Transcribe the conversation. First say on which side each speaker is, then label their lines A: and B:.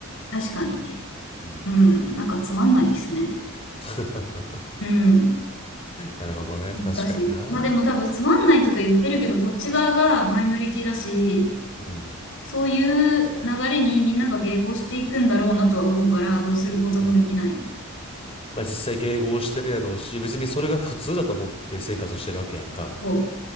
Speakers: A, on the left; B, on the left.
A: 確かに。
B: うん。
A: うん、なんかつまんないですね。
B: <laughs>
A: うん。
B: なるほどね。
A: 難しい。
B: 確かにな。
A: まあでも多分つまんないとか言ってるけど、
B: う
A: こっち側がマイノリティだし、
B: ん。
A: そういう流れにみんなが迎合していくんだろうなとは思うから、どうすることもできない。
B: うん。まあ実際迎合してるやろうし、別にそれが普通だと思って生活してるわけやんか。
A: そ